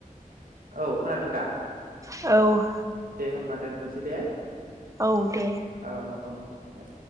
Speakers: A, on the right; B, on the right.
A: औ खोनादों दा?
B: औ।
A: दे होमबा दोनथ'नोसै दे।
B: औ दे।
A: औ औ दे।